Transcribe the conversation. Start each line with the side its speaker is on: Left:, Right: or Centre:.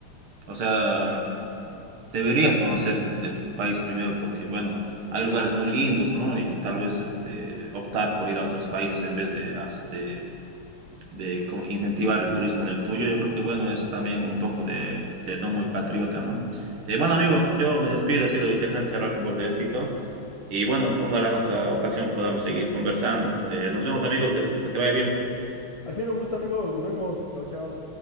Right: o sea, deberías conocer de tu país primero porque, bueno, hay lugares muy lindos, ¿no? Y tal vez este, optar por ir a otros países en vez de, as- de de como incentivar el turismo en el tuyo, yo creo que bueno, es también un poco de, de no muy patriota, ¿no? Eh, bueno, amigo, yo me despido, ha sido interesante charlar con vos de esto y bueno, ojalá en otra ocasión podamos seguir conversando. Eh, nos vemos, amigo, que, que te vaya bien.
Left: Ha sido un gusto, amigo. Nos vemos. Chao, chao.